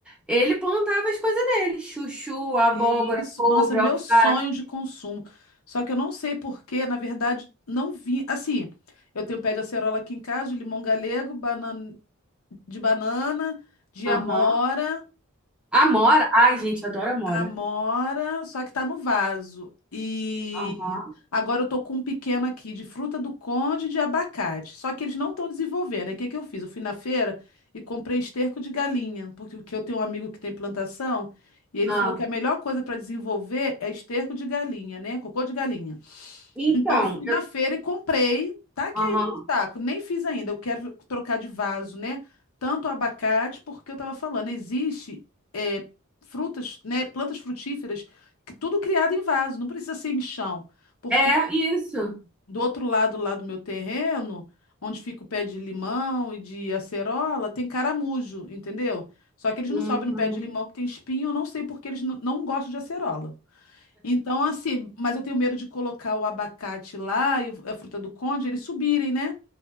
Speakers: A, in the centre; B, on the left.
A: Ele plantava as coisas dele. Chuchu, abóbora,
B: Isso,
A: couve,
B: nossa, meu
A: alface.
B: sonho de consumo. Só que eu não sei porquê, na verdade, não vi. Assim, eu tenho pé de acerola aqui em casa, de limão galego, banana, de banana, de
A: Aham.
B: amora.
A: Amora. Ai, gente, adoro amora.
B: Amora, só que tá no vaso. E
A: Aham.
B: agora eu tô com um pequeno aqui de fruta do conde e de abacate. Só que eles não estão desenvolvendo. Aí o que que eu fiz? Eu fui na feira e comprei esterco de galinha, porque o que eu tenho um amigo que tem plantação e ele
A: Ah.
B: falou que a melhor coisa para desenvolver é esterco de galinha, né? Cocô de galinha.
A: Então,
B: Então, eu fui
A: eu...
B: na feira e comprei. Tá aqui
A: Aham.
B: ainda no saco. Nem fiz ainda. Eu quero trocar de vaso, né? Tanto abacate, porque eu tava falando, existe é, frutas, né? Plantas frutíferas, que tudo criado em vaso, não precisa ser em chão. Porque
A: É isso.
B: do outro lado lá do meu terreno, onde fica o pé de limão e de acerola, tem caramujo, entendeu? Só que eles
A: Hum,
B: não sobem no pé de limão que tem espinho, eu não sei porque eles n- não gostam de acerola. Então, assim, mas eu tenho medo de colocar o abacate lá e a fruta do conde, eles subirem, né?